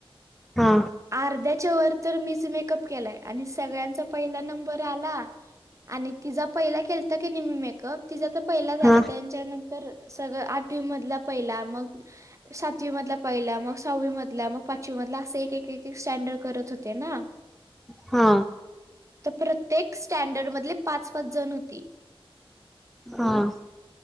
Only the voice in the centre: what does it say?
हा.
हा
हा.
हा